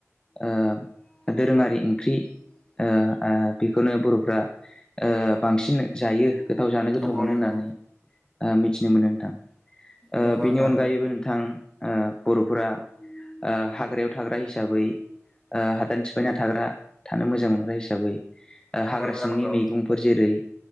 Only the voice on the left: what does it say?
ओ दोरोङारि ओंख्रि अ ओ बेखौनो बर'फ्रा ओ बांसिन जायो गोथाव जानो गोथाव
मोनो
होननानै आ मिथिनो मोनो नोंथां। ओ
बिनि
अनगायैबो
नोंथां आ बर'फोरा आ हाग्रायाव थाग्रा हिसाबै आ हादान सिफायना थाग्रा थानो मोजां हिसाबै हाग्रा
सिंनि
मैगंफोर जेरै